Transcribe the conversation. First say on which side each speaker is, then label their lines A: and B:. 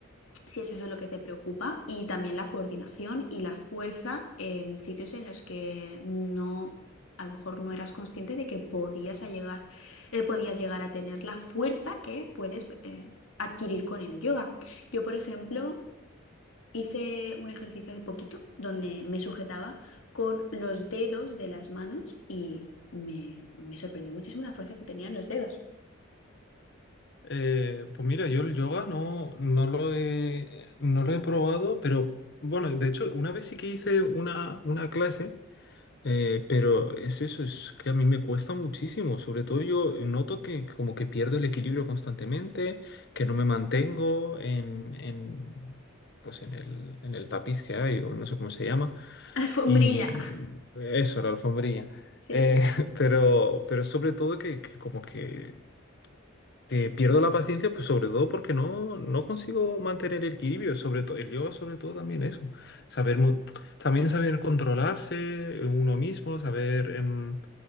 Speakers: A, on the left (about 70°); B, on the left (about 50°).
A: si es eso lo que te preocupa, y también la coordinación y la fuerza en sitios en los que no, a lo mejor no eras consciente de que podías a llegar, eh, podías llegar a tener la fuerza que puedes eh, adquirir con el yoga. Yo, por ejemplo, hice un ejercicio hace poquito donde me sujetaba con los dedos de las manos y me, me sorprendió muchísimo la fuerza que tenían los dedos.
B: Eh, pues mira, yo el yoga no, no lo he, no lo he probado, pero bueno, de hecho, una vez sí que hice una, una clase, eh, pero es eso, es que a mí me cuesta muchísimo, sobre todo yo noto que como que pierdo el equilibrio constantemente, que no me mantengo en, en, pues en el, en el tapiz que hay, o no sé cómo se llama,
A: <laughs> Alfombrilla.
B: y eso, la alfombrilla.
A: Sí.
B: Eh, <laughs> pero, pero sobre todo que, que como que que pierdo la paciencia, pues sobre todo porque no, no consigo mantener el equilibrio, sobre todo el yoga, sobre todo también eso. Saber mo- también saber controlarse uno mismo, saber em,